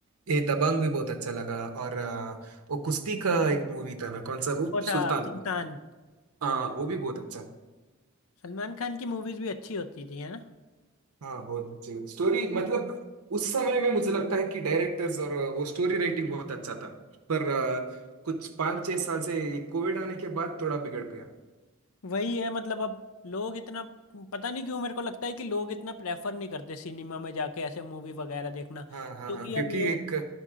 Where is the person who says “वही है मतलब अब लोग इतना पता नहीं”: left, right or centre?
Left